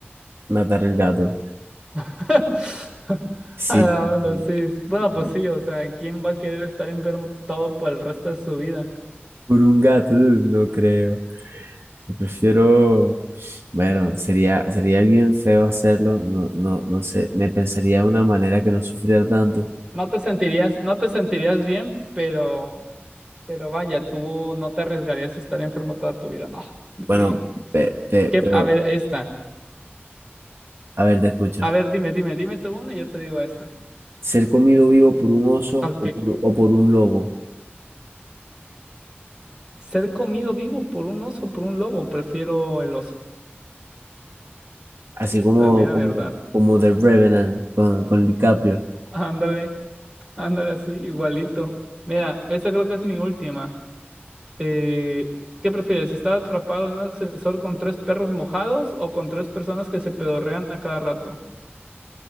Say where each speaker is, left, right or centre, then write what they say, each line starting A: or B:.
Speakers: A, on the right; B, on the right.
A: matar el gato.
B: <laughs>
A: Sí.
B: A la
A: sí,
B: onda, sí. Bueno,
A: sí.
B: pues sí, o sea, ¿quién va a querer estar enfermo todo por el resto de su vida?
A: Por un gato, no creo. Yo prefiero, bueno, sería, sería bien feo hacerlo, no, no, no sé, me pensaría de una manera que no sufriera tanto.
B: No te sentirías, no te sentirías bien, pero, pero vaya, tú no te arriesgarías a estar enfermo toda tu vida. Ah, me pegué.
A: Bueno, pe- pe-
B: ¿Qué?
A: pero,
B: A ver, esta.
A: a ver, te escucho.
B: A ver, dime, dime, dime tú una y yo te digo esta.
A: ¿Ser comido vivo por un oso
B: Ok.
A: o por, o por un lobo?
B: Ser comido vivo por un oso, o por un lobo, prefiero el oso.
A: Así como,
B: La mera
A: como,
B: verdad.
A: como The Revenant con, con DiCaprio.
B: Ándale, ándale así, igualito. Mira, esa creo que es mi última. Eh, ¿qué prefieres? ¿Estar atrapado en un ascensor con tres perros mojados o con tres personas que se pedorrean a cada rato?